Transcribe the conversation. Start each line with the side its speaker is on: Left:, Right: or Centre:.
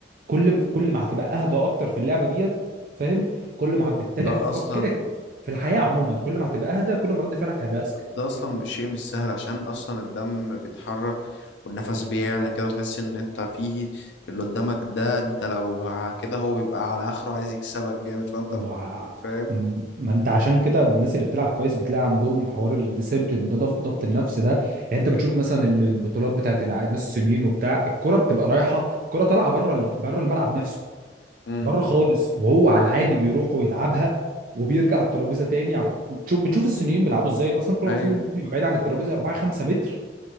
Right: كل ما- كل ما هتبقى اهدى اكتر في اللعبه ديت فاهم كل ما هت- بالتالي
Left: ده
Right: هتفكر
Left: اصلا
Right: كده في الحياه عموما كل ما هتبقى اهدى كل ما رد فعلك هيبقى اذكى
Left: ده اصلا شيء مش سهل عشان اصلا الدم بيتحرك والنفس بيعلى كده وتحس ان انت فيه اللي قدامك ده انت لو ه- كده هو بيبقى على اخره عايز يكسبك جامد فانت
Right: ما
Left: بت- فاهم
Right: م- ما انت عشان كده الناس اللي بتلعب كويس بتلاقي عندهم حوار الديسيبلين ده ضف- ضبط النفس ده يعني انت بتشوف مثلا ال- البطولات بتاعت الع- الناس الصينيين وبتاع الكرة بتبقى رايحة الكرة طالعة بره ال- بره الملعب نفسه
Left: امم
Right: بره خالص وهو على العادي بيروح ويلعبها وبيرجع على الترابيزة تاني عب- تشوف بتشوف الصينيين بيلعبوا ازاي اصلا كل
Left: ايوه
Right: واحد فيهم ممكن يبقى بعيد عن الترابيزة 4 5 متر